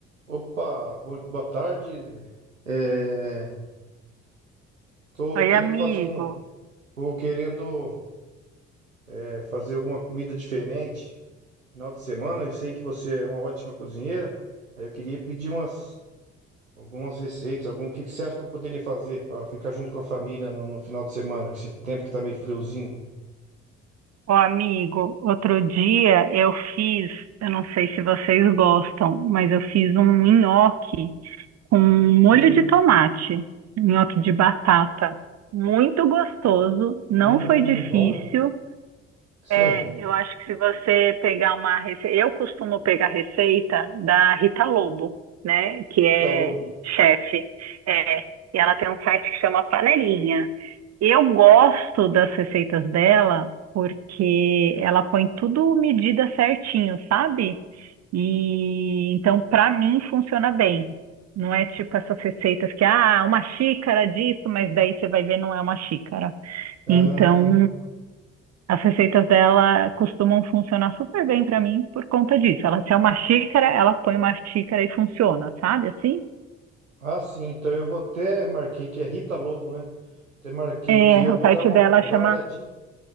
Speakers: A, on the right; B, on the right.
A: Opa, bo- boa tarde. É, tô
B: Oi,
A: querendo
B: amigo.
A: fazer um, tô querendo é, fazer alguma comida diferente final de semana. Eu sei que você é uma ótima cozinheira. Aí eu queria pedir umas algumas receitas, algum, o que que você acha que eu poderia fazer para ficar junto com a família no, no final de semana, que esse tempo que tá meio friozinho.
B: Ô, amigo, outro dia eu fiz, eu não sei se vocês gostam, mas eu fiz um nhoque com molho
A: Hum,
B: de tomate, nhoque de batata. Muito gostoso, não
A: hum,
B: foi difícil.
A: bom mesmo. Sim,
B: É, eu acho que se você pegar uma receita, eu costumo pegar receita da Rita Lobo, né, que
A: Rita
B: é
A: Lobo.
B: chefe. É, e ela tem um site que chama Panelinha. Eu gosto das receitas dela porque ela põe tudo medida certinho, sabe? E então para mim funciona bem. Não é tipo essas receitas que ah, uma xícara disso, mas daí você vai ver não é uma xícara.
A: Ah,
B: Então, as receitas dela costumam funcionar super bem para mim por conta disso. Ela se é uma xícara, ela põe uma xícara e funciona, sabe? Assim?
A: ah, sim. Então eu vou até marquei que é Rita Lobo, né? Até marquei
B: É,
A: aqui, eu
B: o
A: vou
B: site
A: dar uma,
B: dela
A: vou
B: chama
A: dar uma olhadinha.